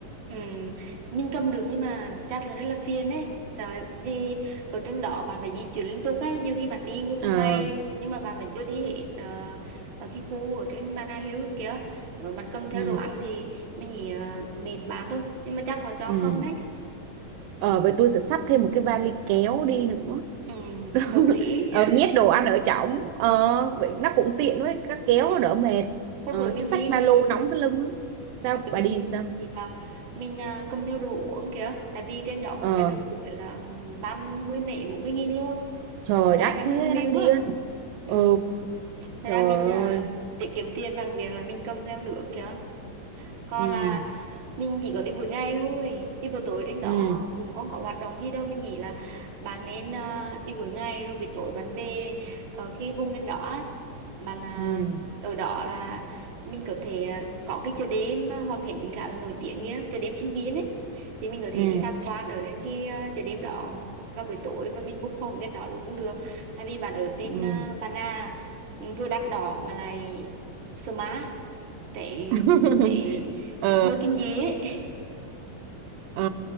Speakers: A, on the right (about 55°); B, on the right (about 85°).
A: Ừ, mình cầm được nhưng mà chắc là rất là phiền đấy Tại vì ở trên đó bạn phải di chuyển liên tục ấy Nhiều khi bạn đi nguyên
B: ờ
A: một ngày Nhưng mà bạn vẫn chưa đi hết ờ, ở cái khu ở trên Bà Nà Hills kia Nếu mà bạn cầm theo
B: ừ
A: đồ ăn thì mình nghĩ ờ, mệt bạn thôi Nhưng mà chắc họ cho
B: ừ
A: cầm đấy
B: ờ vậy tôi sẽ xách thêm một cái vali kéo đi nữa
A: ừ,
B: <laughs>
A: Hợp lý
B: ờ, nhét đồ ăn ở trong ờ, vậy nó cũng tiện với các kéo
A: <laughs> ừ.
B: nó đỡ mệt
A: Hồi
B: ờ,
A: bữa mình
B: chứ xách
A: đi
B: ba
A: thì
B: lô nóng cái lưng lắm sao
A: Hồi bữa mình
B: bà đi sao
A: thì ờ, mình ờ, cầm theo đồ uống kìa Tại vì trên đó một
B: Ờ
A: chai nước suối là 30 mấy 40 nghìn luôn
B: trời
A: trái
B: đắt
A: 500
B: thế đắt
A: ml
B: điên
A: á ừ.
B: ừ
A: Thật
B: trời
A: ra mình à,
B: ơi
A: tiết kiệm tiền bằng việc là mình cầm theo nước kìa còn
B: ừ
A: là mình chỉ có đi buổi ngày thôi đi buổi tối trên đó
B: ừ
A: cũng không có hoạt động gì đâu mình nghĩ là bạn nên à, đi buổi ngày rồi buổi tối bạn về ở cái vùng trên đó á. bạn à,
B: ừ
A: ở đó là mình có thể à, có cái chợ đêm à, Hòa Khánh khá là nổi tiếng kia chợ đêm sinh viên ấy thì mình có thể
B: ừ
A: đi tham quan ở trên cái à, chợ đêm đó vào buổi tối và mình book phòng gần đó luôn cũng được thay vì bạn ở trên
B: ừ
A: à, Bà Nà ừ, vừa đắt đỏ mà lại Sơ má tại
B: <laughs>
A: tại
B: ờ
A: hơi kinh dị ấy
B: ờ